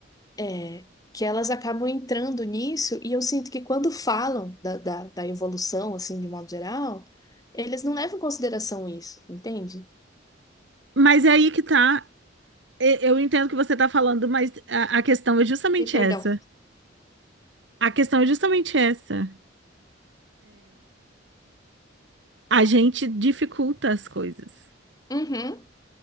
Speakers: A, on the left (about 20°); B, on the right (about 75°).
A: é, que elas acabam entrando nisso. E eu sinto que quando falam da, da, da evolução, assim, de modo geral, eles não levam em consideração isso, entende?
B: Mas é aí que tá. E- Eu entendo o que você tá falando, mas a, a questão é justamente
A: E perdão.
B: essa. A questão é justamente essa. A gente dificulta as coisas.
A: Uhum,